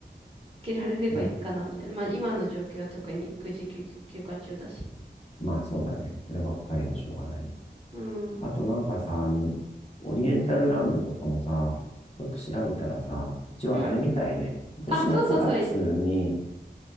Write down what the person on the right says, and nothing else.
つけられればいいかなみたいな。
まあ今の状況は特に育児休休暇中だし。
うん。
うん。
あ、そうそう、それ。